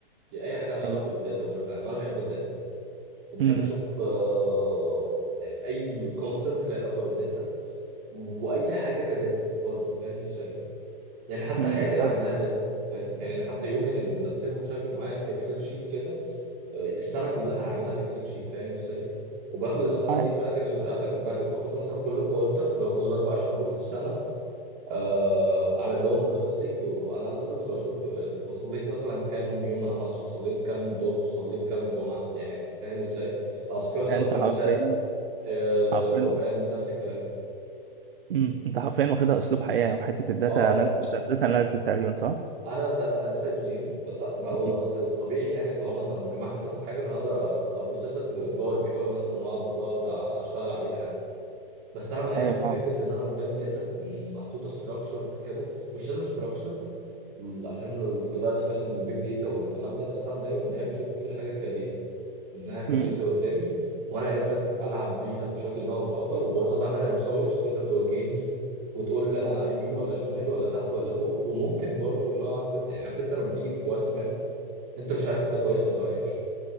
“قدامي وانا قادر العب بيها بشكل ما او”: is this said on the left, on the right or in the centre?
Right